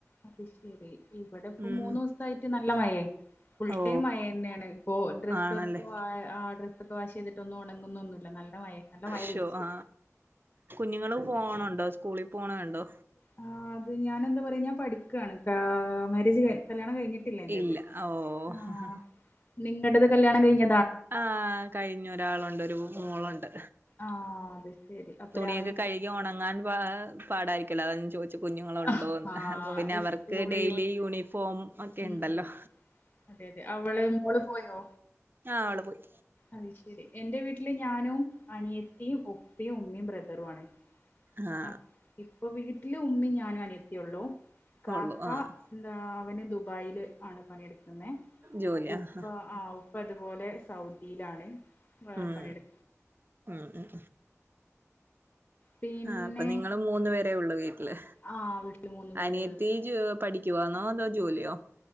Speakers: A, on the left; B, on the right.
A: അത് ശരി. ഇവിടെ ഇപ്പം
B: ഉം
A: മൂന്നൂസായിട്ട് നല്ല മഴേ. ഫുൾ
B: ഓ
A: ടൈം മഴ ന്നെയാണ്. ഇപ്പൊ ഡ്രസ്സൊക്കെ
B: ആണല്ലേ
A: അ ആ ഡ്രസ്സ് വാഷ് ചെയ്തിട്ടൊന്നും ഉണങ്ങുന്നൊന്നുല്ല നല്ല മഴെ നല്ല മഴ
B: ശോ
A: പിടിച്ച്.
B: ആ കുഞ്ഞുങ്ങള് പോണുണ്ടോ. സ്കൂളിൽ പോണതുണ്ടോ?
A: ആഹ് അത് ഞാനെന്താ പറയാ. ഞാൻ പഠിക്കാണ്. കാ മാരേജ് കഴി കല്യാണം കഴിഞ്ഞിട്ടില്ല എൻ്റേത്.
B: ഇല്ല ഓ
A: ആഹ് നിങ്ങടത് കല്യാണം കഴിഞ്ഞ?
B: ആഹ് കഴിഞ്ഞു. ഒരാളുണ്ട്. ഒരു മോളുണ്ട്.
A: ആഹ് അതു ശരി. അപ്പൊ രാ
B: <unintelligible> കഴുകി ഉണങ്ങാൻ പാ പാടായിരിക്കല്ലോ. അത ഞാൻ ചോയ്ച്ചെ കുഞ്ഞുങ്ങളുണ്ടോന്ന്
A: ആഹ്
B: അപ്പ പിന്നെ അവർക്ക്
A: സ്കൂള്
B: ഡെയിലി യൂണിഫോം ഒക്കെണ്ടല്ലോ.
A: ഉം ഉം. അതെ അതെ അവള് മോള് പോയോ
B: ആഹ് അവള് പോയി
A: അത് ശെരി എൻ്റെ വീട്ടില് ഞാനും അനിയത്തിയും ഉപ്പയും ഉമ്മയും ബ്രദറു ആണ്.
B: ഹാ
A: അപ്പ് ഇപ്പൊ വീട്ടില് ഉമ്മയും ഞാനു അനിയത്തിയൊള്ളൂ ഇക്കാക്ക
B: ഉള്ളു ആഹ്
A: എന്താ അവന് ദുബായില് ആണ് പണിയെടുക്കുന്നെ.
B: ജോലി
A: ഉപ്പ
B: ആഹ്
A: ആഹ് ഉപ്പ ഇതുപോലെ സൗദിയിലാണ്
B: ഉം
A: പണിയെടു
B: ഉം ഉം
A: പിന്നെ
B: ആഹ് അപ്പ നിങ്ങള് മൂന്ന് പേരേ ഒള്ളൂ വീട്ടില്.
A: ആഹ് വീട്ടിൽ മൂന്ന് പേരെ
B: അനിയത്തി
A: ഒള്ളൂ.
B: ജോ പഠിക്കുവാന്നോ അതോ ജോലിയോ